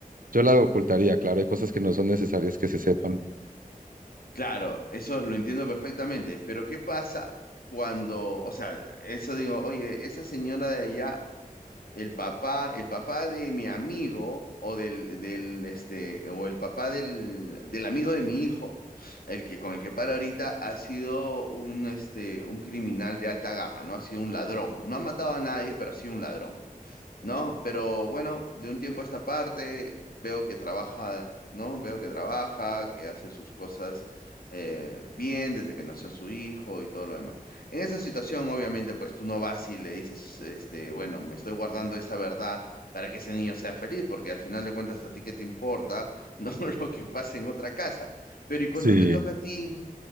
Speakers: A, on the right; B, on the left.
A: yo la ocultaría, claro, hay cosas que no son necesarias que se sepan.
B: Claro, eso lo entiendo perfectamente, pero ¿qué pasa cuando, o sea, eso digo, oye, esa señora de allá el papá, el papá de mi amigo o del, del este, o el papá del, del amigo de mi hijo, el que con el que para ahorita ha sido un este, un criminal de alta gama, ¿no? Ha sido un ladrón. No ha matado a nadie, pero ha sido un ladrón. ¿no? Pero bueno, de un tiempo a esta parte veo que trabaja, ¿no? Veo que trabaja, que hace sus cosas eh, bien desde que nació su hijo y todo lo demás. En esa situación, obviamente, pues tú no vas y le dices, este, bueno, me estoy guardando esa verdad para que ese niño sea feliz, porque al final de cuentas a ti qué te importa, <laughs> no lo que pase en otra casa. Pero y cuando
A: Sí,
B: te toca a ti,